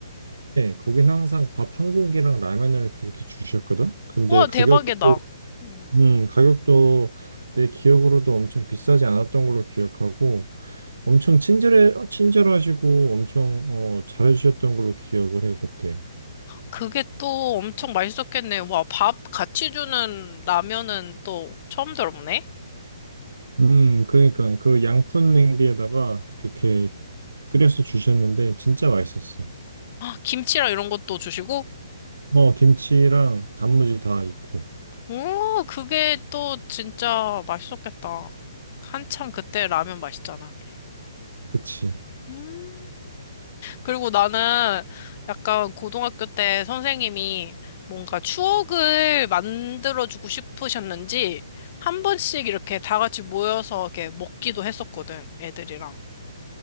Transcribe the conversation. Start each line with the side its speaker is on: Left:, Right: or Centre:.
Right: 거긴 항상 밥 한 공기랑 라면을 그렇게 주셨거든. 근데
Left: 와, 대박이다.
Right: 가격도
Left: 응.
Right: 음 가격도 내 기억으로도 엄청 비싸지 않았던 걸로 기억하고 엄청 친절해 친절하시고 엄청 어, 잘해주셨던 걸로 기억을 해 그때.
Left: 그게 또 엄청 맛있었겠네. 와, 밥 같이 주는 라면은 또 처음 들어보네.
Right: 음, 그러니까 그 양푼 냄비에다가 그렇게 끓여서 주셨는데 진짜 맛있었어.
Left: 아, 김치랑 이런 것도 주시고?
Right: 어, 김치랑 단무지 다 있고.
Left: 오, 그게 또 진짜 맛있었겠다. 한참 그때 라면 맛있잖아.
Right: 그치.
Left: 음. 그리고 나는 약간 고등학교 때 선생님이 뭔가 추억을 만들어주고 싶으셨는지 한 번씩 이렇게 다 같이 모여서 이렇게 먹기도 했었거든, 애들이랑.